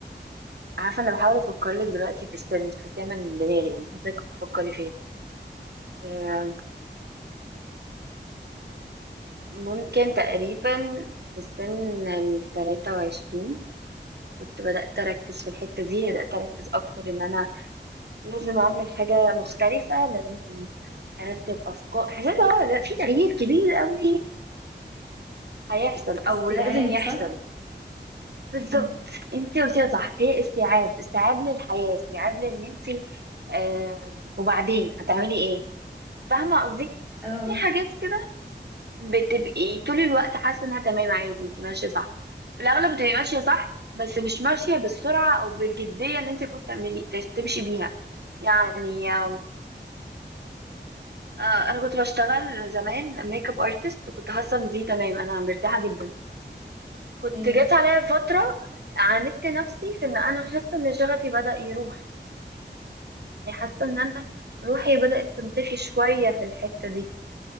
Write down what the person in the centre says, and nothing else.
الاستيعاب
صح
امم
اه
ايوه